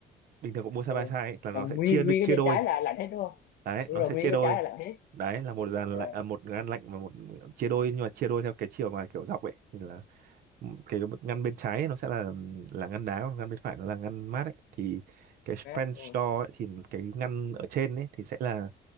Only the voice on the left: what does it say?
Ờ.
là nguyên
nguyên
cái bên
trái là lạnh hết đúng không
đúng
rồi
nguyên
cái
bên trái là lạnh hết
Ờ,
mát đúng rồi